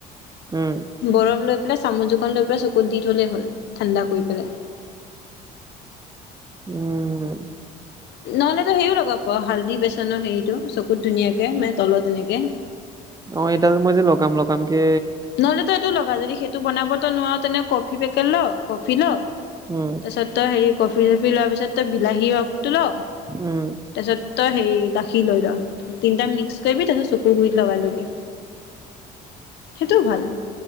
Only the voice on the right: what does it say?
উম!
উম!
অ'! এডাল মই যে, লগাম-লগামকে
উম!
উম